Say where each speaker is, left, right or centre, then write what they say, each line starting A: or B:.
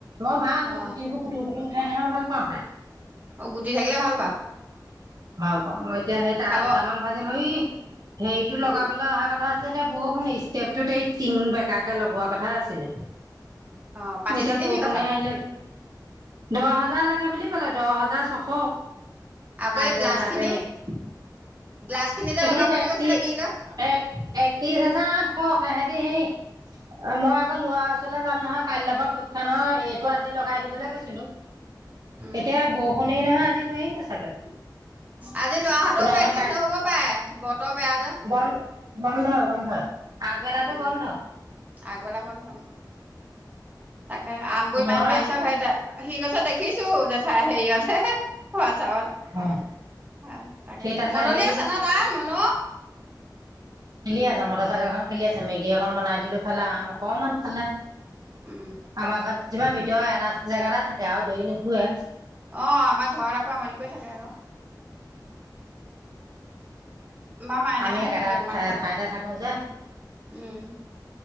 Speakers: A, on the right; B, on the right.
A: মই ভাল
B: অ
A: মই গুটিবোৰ খুটু খুটু উঠাই নহয় ভাল পাওঁ খাই।
B: অ গুটি থাকিলে ভাল <inaudible>
A: ভালপাওঁ এতিয়া সেই তাত
B: খাব
A: দুটামান ভাজি মৰি হেৰিতটো লগাবলৈ
B: গু
A: অহা কথা আছিলে এতিয়া বৰুষুণ। টেপটোত এই টিং বেকাকে লগোৱা কথা আছিলে।
B: অ পাতিছিলি
A: এতিয়া বৰষুণে
B: নি কথাটো
A: আহিলে। দহ হাজাৰ লাগে বুলি ক'লে দহ হাজাৰ ছশ
B: আকৌ
A: চ
B: গ্লাছ খিনি
A: পে মিক্সখ
B: গ্লাছ খিনি যে
A: এক
B: লগাম বুলি কৈছিলে গ্ৰীলত
A: একত্ৰিশ হোজাৰ আঠশ সিহতি সেই মই আকৌ লৰা ওচৰলে যাম নহয় কাইলৈৰ পৰা পক্ষা ন এইটো আজি লগাই দিবলৈ কছিল
B: উম
A: এতিয়া বৰষুণেই নহয় আজি নোৱাৰিমো চাগে
B: আজি লাহঁতেও
A: নহ'লে
B: প্ৰেক্টিচ
A: কাই
B: নহ'ব পাৰে বত বোদ
A: বন বন্ধ বন্ধ আগবেলাটো
B: উম
A: বন্ধ
B: আগবালা বন্ধ তাকে আমবোৰ ইমান
A: নহয়
B: বাঢ়িছ ঘৰতে সি কৈছে দেখিছো জেঠাই হেৰিয়ত হেোৱ চা
A: অ'।
B: তাকে
A: সেই তাতে
B: মননিয়
A: সেই
B: আছে ন তাত মন
A: খেলি আছ মৰ চ এখন খেলি আছ মেগী এক বনাই দিলো খালা আম অকমান খালা
B: উম
A: আমাৰ ঘৰত তিবাৰ ভিত এটা জেগা এটা থাকে আৰু দৰি নুখুে
B: অ আমাৰ ঘৰত আকৌ আমমানি কৰি থাকে আৌ আমাৰ মাইনাহে
A: আমি একেটাাত
B: মেগী অকমান
A: চঠাইতে
B: খালে
A: থাকো যে
B: উম